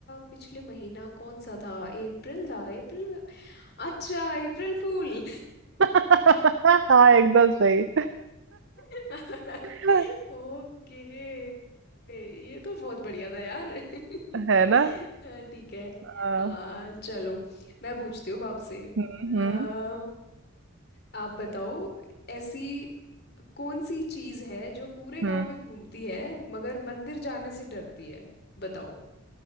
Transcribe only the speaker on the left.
पिछले महीना कौन सा था अप्रैल था अप्रैल में अच्छा अप्रैल फूल
<laughs>
ओके ये तो बहुत बढ़िया था यार <laughs>
अ, ठीक है
हाँ चलो मैं पूछती हूँ अब आपसे अ,
आप बताओ ऐसी कौन सी चीज़ है जो पूरे
गांव में घूमती है मगर मंदिर जाने से डरती है बताओ